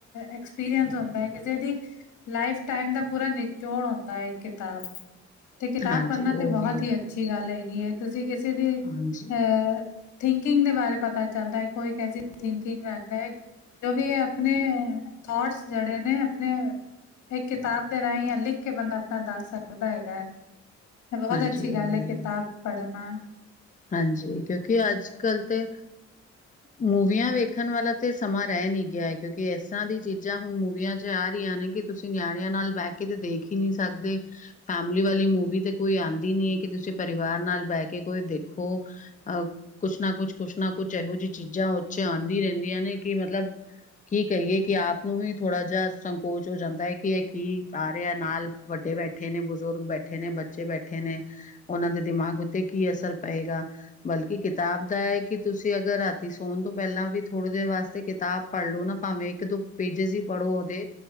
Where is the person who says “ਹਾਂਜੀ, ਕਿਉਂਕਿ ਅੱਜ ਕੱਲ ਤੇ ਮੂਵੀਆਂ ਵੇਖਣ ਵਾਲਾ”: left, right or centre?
Left